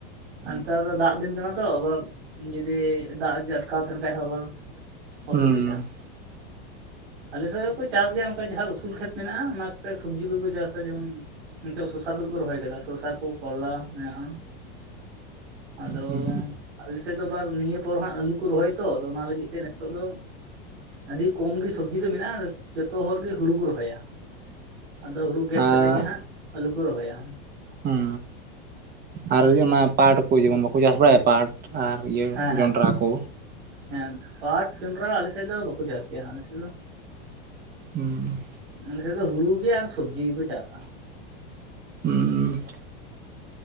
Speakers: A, on the right; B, on the right.
A: ᱦᱩᱸ
B: ᱱᱮᱛᱟᱨ ᱫᱚ ᱫᱟᱜᱽ ᱫᱤᱱ ᱠᱟᱱᱟ ᱛᱚ ᱟᱵᱟᱨ ᱡᱩᱫᱤ ᱫᱟᱜᱽ ᱡᱩᱫᱤ ᱟᱴᱠᱟᱣ ᱛᱟᱦᱮᱸᱱ ᱠᱷᱟᱭ ᱦᱚᱸ ᱟᱵᱟᱨ
A: ᱦᱩᱸ
B: ᱚᱥᱩᱵᱤᱫᱷᱟ᱾ ᱟᱞᱮᱥᱮᱜ ᱦᱚᱸᱠᱚ ᱪᱟᱥ ᱜᱮᱭᱟ ᱚᱱᱠᱟ ᱡᱟᱦᱟᱸ ᱩᱥᱩᱞ ᱠᱷᱮᱛ ᱢᱮᱱᱟᱜᱼᱟ ᱚᱱᱟ ᱠᱚ ᱥᱚᱵᱽᱡᱤ ᱠᱚᱠᱚ ᱪᱟᱥᱟ ᱡᱮᱢᱚᱱ ᱱᱤᱛᱚᱜ ᱥᱚᱥᱟ ᱠᱚ ᱠᱚ ᱨᱚᱦᱚᱭ ᱠᱟᱫᱟ ᱥᱚᱥᱟ ᱠᱚ ᱠᱚᱨᱞᱟ ᱢᱮᱱᱟᱜᱼᱟ᱾ ᱟᱫᱚ
A: ᱦᱩᱸ
B: ᱟᱞᱮ ᱥᱮᱫ ᱫᱚ ᱟᱵᱟᱨ ᱱᱤᱭᱟᱹ ᱯᱚᱨ ᱦᱟᱸᱜ ᱟᱹᱞᱩ ᱠᱚ ᱨᱚᱦᱚᱭ ᱛᱚ ᱟᱫᱚ ᱚᱱᱟ ᱞᱟᱹᱜᱤᱫ ᱛᱮ ᱱᱤᱛᱚᱜ ᱫᱚ ᱟᱹᱰᱤ ᱠᱚᱢ ᱜᱮ ᱥᱚᱵᱽᱡᱤ ᱫᱚ ᱢᱮᱱᱟᱜᱼᱟ ᱡᱚᱛᱚ ᱦᱚᱲ ᱜᱮ ᱦᱩᱲᱩ ᱠᱚ ᱨᱚᱦᱚᱭᱟ᱾ ᱟᱫᱚ ᱦᱩᱲᱩ ᱜᱮᱫ
A: ᱟᱨ
B: ᱠᱟᱛᱮᱜ ᱜᱮ ᱦᱟᱸᱜ ᱟᱞᱩ ᱠᱚ ᱨᱚᱦᱚᱭᱟ᱾
A: ᱦᱩᱸ ᱟᱨ ᱚᱱᱟ ᱯᱟᱴ ᱠᱚ ᱡᱮᱢᱚᱱ ᱵᱟᱠᱚ ᱪᱟᱥ ᱵᱟᱲᱟᱭᱟ ᱯᱟᱴ? ᱟᱨ ᱤᱭᱟᱹ
B: ᱦᱮᱸ ᱦᱮᱸ
A: ᱡᱚᱸᱰᱨᱟ ᱠᱚ,
B: ᱦᱮᱸ ᱯᱟᱴ ᱡᱚᱱᱰᱨᱟ ᱟᱞᱮᱥᱮᱜ ᱫᱚ ᱵᱟᱠᱚ ᱪᱟᱥ ᱜᱮᱭᱟ᱾ ᱟᱞᱮᱥᱮᱜ ᱫᱚ
A: ᱦᱩᱸ
B: ᱟᱞᱮ ᱥᱮᱜ ᱫᱚ ᱦᱩᱲᱩ ᱜᱮ ᱟᱨ ᱥᱚᱵᱽᱡᱤ ᱜᱮᱠᱚ ᱪᱟᱥᱟ᱾
A: ᱦᱩᱸᱻ